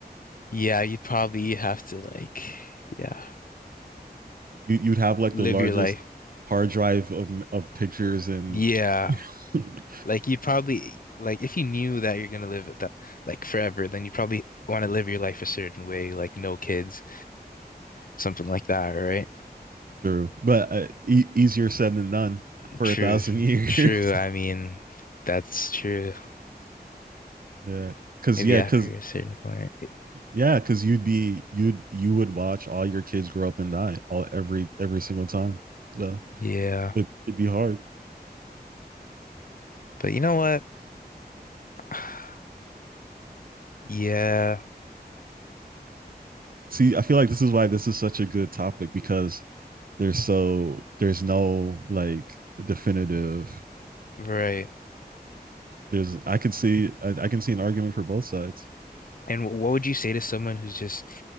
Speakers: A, on the left (about 55°); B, on the right (about 60°).
A: yeah, you'd probably have to like yeah,
B: You you'd have like
A: live
B: the largest
A: your life.
B: hard drive of of pictures and
A: Yeah.
B: <laughs>
A: Like you'd probably like if you knew that you're gonna live it that like forever, then you probably want to live your life a certain way, like no kids, something like that, right?
B: true, but uh, e- easier said than done for
A: True.
B: a thousand years.
A: True. I mean, that's true.
B: <laughs> yeah, because
A: Maybe
B: yeah,
A: after
B: because
A: a certain point.
B: Yeah, because you'd be you'd you would watch all your kids grow up and die all every every single time. So
A: Yeah.
B: it, it'd be hard.
A: But you know what? <sighs> Yeah,
B: See, I feel like this is why this is such a good topic because there's so there's no like definitive.
A: right.
B: There's I can see I, I can see an argument for both sides.
A: And what would you say to someone who's just,